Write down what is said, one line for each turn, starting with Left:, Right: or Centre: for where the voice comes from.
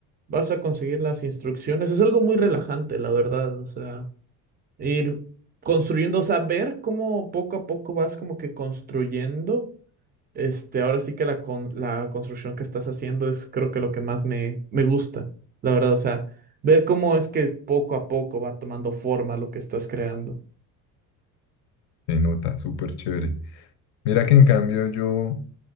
Right: vas a conseguir las instrucciones, es algo muy relajante, la verdad, o sea, ir construyendo, o sea, ver cómo poco a poco vas como que construyendo, este, ahora sí que la, con- la construcción que estás haciendo es creo que lo que más me, me gusta, la verdad, o sea, ver cómo es que poco a poco va tomando forma lo que estás creando.
Left: Se nota, súper chévere. Mira que en cambio yo